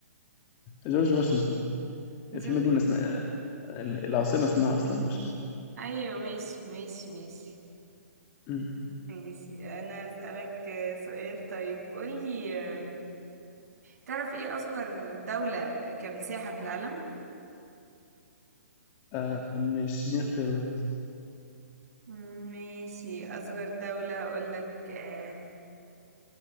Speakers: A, on the left; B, on the right.
A: جورج واشنطن في
B: جورج
A: مدينة اسمها
B: بوش
A: آه، ال- العاصمة اسمها أصلا واشنطن
B: ايوه ماشي ماشي ماشي
A: مم.
B: ماشي انا اسالك آه، سؤال طيب قولي آه، تعرف ايه اصغر دولة كمساحة في العالم
A: آه ماشي دي اختيارات
B: ماشي اصغر دولة هقولك آه،